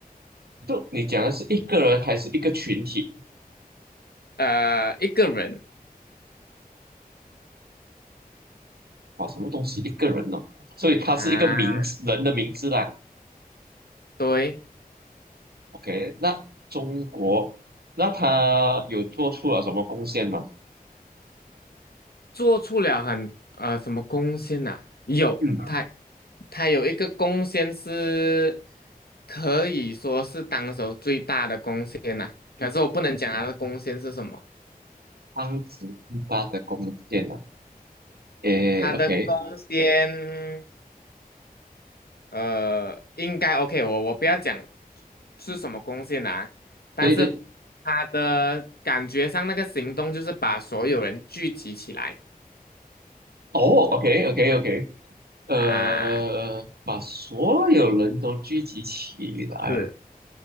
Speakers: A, on the right (about 80°); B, on the left (about 80°).
A: 就你讲的是一个人还是一个群体？
B: 呃，一个人
A: 啊？什么东西一个人哦？所以他是一个名字，
B: 啊，
A: 人的名字啦。
B: 对。
A: OK，那中国，那他有做出了什么贡献吗？
B: 做出了很呃什么贡献呐、有，
A: 嗯，
B: 他他有一个贡献是可以说是当时候最大的贡献呐、可是我不能讲他的贡献是什么，
A: 当时最大的贡献啊，诶，OK，
B: 他的贡献呃应该 OK，我我不要讲是什么贡献啊，但是他的感觉上那个行动就是把所有人聚集起来
A: 对对，哦，OK，OK，OK，呃，
B: 啊，
A: 把所有人都聚集起来，
B: 是